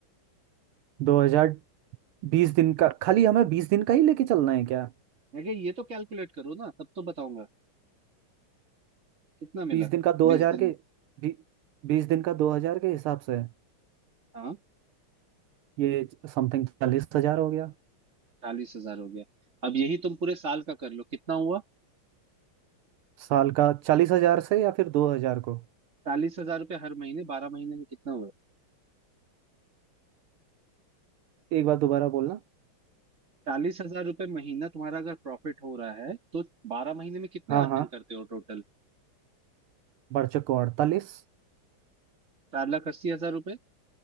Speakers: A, on the right (about 85°); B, on the right (about 35°).
A: दो हजार बीस दिन का खाली हमें बीस दिन का ही लेके चलना है क्या
B: अगर ये तो कैलकुलेट करो ना तब तो बताऊंगा कितना मिला
A: बीस दिन का दो
B: बीस
A: हजार
B: दिन
A: के
B: में
A: बी, बीस दिन का दो हजार के हिसाब से
B: हाँ
A: ये समथिंग चालीस हजार हो गया
B: चालीस हजार हो गया अब यही तुम पूरे साल का कर लो कितना हुआ
A: साल का चालीस हजार से या फिर दो हजार को
B: चालीस हजार रुपये हर महीने बारह महीने में कितना हुआ
A: एक बार दोबारा बोलना
B: चालीस हजार रुपये महीना तुम्हारा अगर प्रॉफिट हो रहा है तो बारह महीने में कितना
A: हाँ
B: अर्निंग
A: हाँ
B: करते हो टोटल
A: बच्चे को अड़तालीस
B: चार लाख अस्सी हजार रुपये